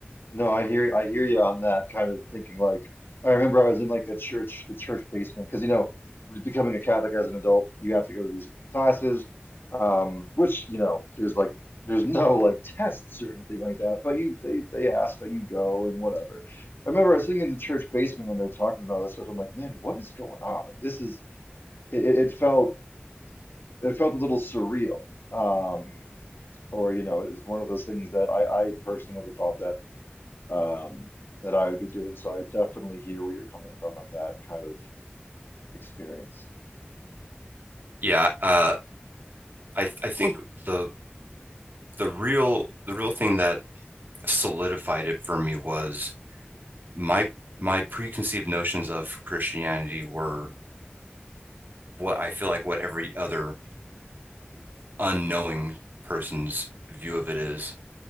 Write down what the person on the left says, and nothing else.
No, I hear I hear you on that kind of thinking. Like I remember I was in like a church, the church basement, because you know, becoming a Catholic as an adult, you have to go to these classes, um, which you know, there's like there's no like tests or anything like that, but you they they ask, but you go and whatever. I remember I was sitting in the church basement and they're talking about this stuff. I'm like, man, what is going on? Like this is it, it it felt it felt a little surreal. Um, or you know, it is one of those things that I I personally never thought that um, that I would be doing. So I definitely hear where you're coming from on that kind of experience.